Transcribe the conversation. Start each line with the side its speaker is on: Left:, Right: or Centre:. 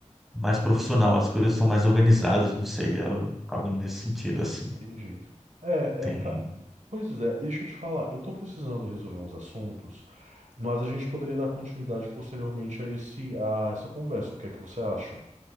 Centre: mais profissional. As coisas são mais organizadas, não sei, é algo nesse sentido, assim.
Right: Entendi. É,
Centre: Tem...
Right: é. ca- Pois é, deixa eu te falar. Eu tô precisando resolver uns assuntos, mas a gente poderia dar continuidade posteriormente a esse, a essa conversa. O que é que você acha?